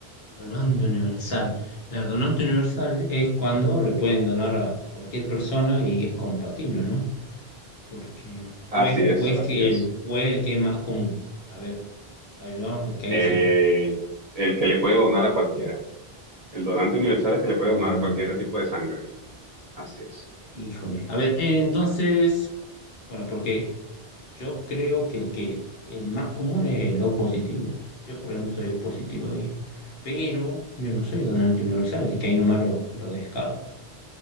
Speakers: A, on the left; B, on the right.
A: Donante universal. La donante universal es cuando le pueden donar a cualquier persona y es compatible, ¿no? Porque,
B: Así
A: o es,
B: es,
A: o es
B: así
A: que
B: es.
A: el, o es el que es más común. A ver, ayudamos porque
B: Eh,
A: ahí sí
B: el que le puede donar a cualquiera. El donante universal
A: se
B: es que le puede
A: puede
B: donar
A: donar
B: a cualquier
A: a cualquiera.
B: tipo de sangre. Así es.
A: Híjole, a ver, eh, entonces, bueno, porque yo creo que el que el más común es el O positivo. Yo, por ejemplo, soy O positivo ahí, pero yo no soy donante universal, así que ahí nomás lo, lo descarto.